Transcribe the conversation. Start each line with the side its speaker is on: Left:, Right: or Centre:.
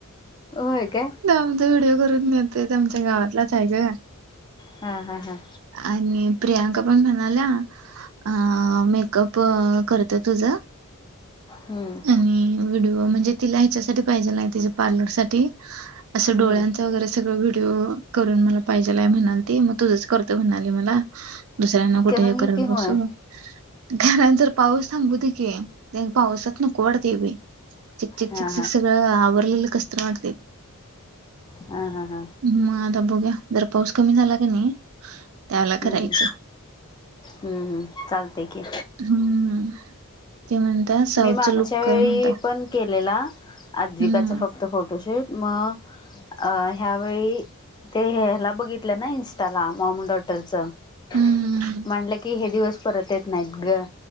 Left: होय का?
Right: आमचा व्हिडिओ करून नेत आमच्या गावातच आहे का
Left: हम, हम, हम
Right: आणि प्रियांका पण म्हणाल्या अ मेकअप करत तुझं.
Left: हम्म,
Right: आणि व्हिडिओ, म्हणजे तिला ह्यासाठी पाहिेजे तिच्या पार्लर साठी अस
Left: हम्म.
Right: डोळा वगैरे सगळं व्हिडिओ करून मला पाहिजेलाय म्हणाली त मग तुझंच करत म्हणाली मला दुसऱ्यांना कुठे
Left: करून
Right: हे
Left: घे
Right: करत
Left: की
Right: बसू
Left: होय
Right: घर जर पाऊस थांबू दे की. नन पावसात नको वाटतं बाई चिक चिक
Left: हा
Right: चिक चिक सगळ आवरलेलं कस्तरी वाटतय.
Left: ह, ह, ह,
Right: म आता बघुया, जर पाऊस कमी झाला की नाही? त्यावेळेला
Left: हम्म,
Right: करायचं.
Left: हम्, हम्म, हम्म, चालतं.
Right: हम्म. ते म्हणतात साऊथचं
Left: मी मागच्या
Right: लुक कर
Left: वेळी
Right: म्हणतात.
Left: पण केलेला आद्विकाचा
Right: हम्म.
Left: फक्त फोटोशूट मग अ ह्यावेळी ते ह्याला बघितलं ना इन्स्टाला मोमडॉट म्हटलं
Right: हम्म.
Left: की हे दिवस परत येत नाहीत ग.